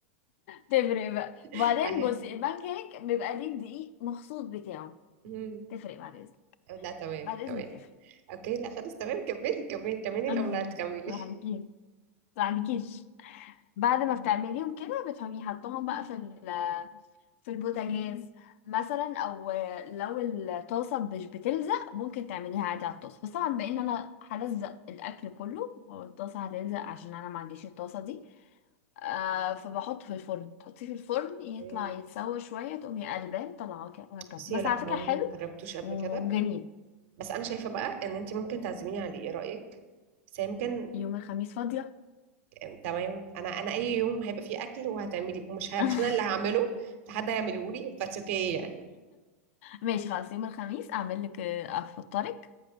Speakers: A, on the left (about 65°); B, on the right (about 60°).
A: تفرق بقى
B: <laughs>
A: وبعدين
B: اهي
A: بصي البانكيك بيبقى ليه الدقيق مخصوص بتاعه
B: مم.
A: تفرق بعد اذنك
B: لا تمام
A: بعد اذنك
B: تمام
A: تفرق
B: اوكي لا خلاص تمام كملي كملي كملي
A: <laughs>
B: الاومليت كملي
A: صح عليكي صح عليكيش بعد ما بتعمليهم كده بتقومي حطهم بقى في ال في البوتاجاز مثلا او لو الطاسه مش بتلزق ممكن تعمليها عادي على الطاسه بس طبعا بما ان انا هلزق الاكل كله والطاسه هتلزق عشان انا ما عنديش الطاسه دي آه فبحط في الفرن تحطيه في الفرن يطلع
B: اوكي.
A: يتسوى شويه تقومي قلبان طلعه كده وهكذا
B: بصي
A: بس
B: لا
A: على
B: هو
A: فكره حلو
B: انا ما جربتوش قبل
A: وجميل
B: كده بس انا شايفه بقى ان انت ممكن تعزميني عليه ايه رايك بس هي يمكن
A: يوم الخميس فاضيه
B: ام، تمام انا انا اي يوم هيبقى فيه اكل وهتعملي ومش ه...
A: <laughs>
B: مش انا اللي هعمله ده حد هيعمله لي بس اوكي يعني
A: ماشي خلاص يوم الخميس اعمل لك آه، افطرك